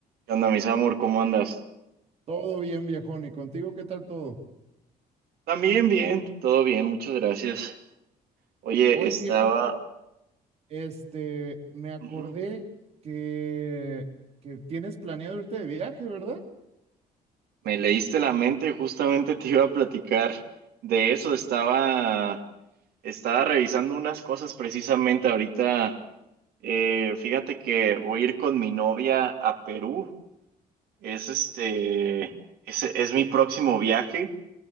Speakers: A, on the right; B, on the right.
A: ¿Qué onda, mis amor? ¿Cómo andas?
B: Todo bien, viejón. ¿Y contigo qué tal todo?
A: También bien, todo bien, muchas gracias. Oye,
B: Oye,
A: estaba...
B: viejo, este, me acordé
A: Ujú.
B: que, que tienes planeado irte de viaje, ¿verdad?
A: Me leíste la mente, justamente te iba a platicar de eso. Estaba... Estaba revisando unas cosas precisamente ahorita. Eh, fíjate que voy a ir con mi novia a Perú. Es este... Es, es mi próximo viaje.